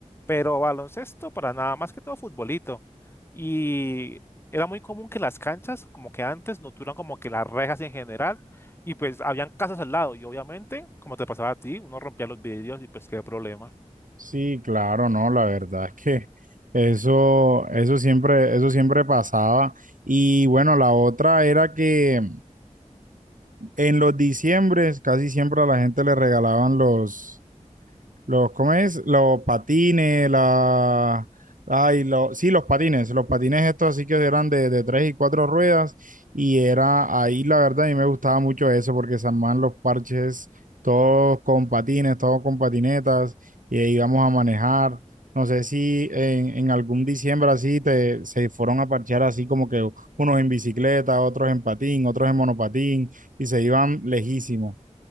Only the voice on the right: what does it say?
Sí, claro, no, la verdad es que eso, eso siempre, eso siempre pasaba. Y bueno, la otra era que en los diciembres casi siempre a la gente le regalaban los, Los, ¿cómo es? Los patines, la... Ay, lo, sí, los patines, los patines estos así que eran de, de tres y cuatro ruedas y era ahí la verdad a mí me gustaba mucho eso porque se armaban los parches todos con patines, todos con patinetas y ahí íbamos a manejar. No sé si en, en algún diciembre así te, se fueron a parchear así como que unos en bicicleta, otros en patín, otros en monopatín y se iban lejísimos.